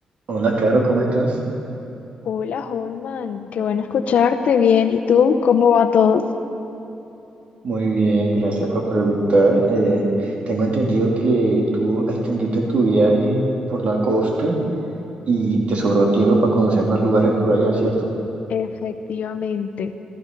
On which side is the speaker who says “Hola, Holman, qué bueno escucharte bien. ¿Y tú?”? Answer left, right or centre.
Left